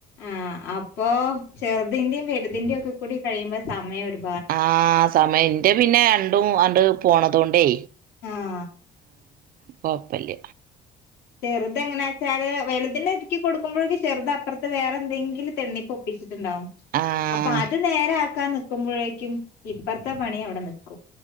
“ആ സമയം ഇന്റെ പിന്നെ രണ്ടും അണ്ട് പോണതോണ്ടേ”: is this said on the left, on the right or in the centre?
Right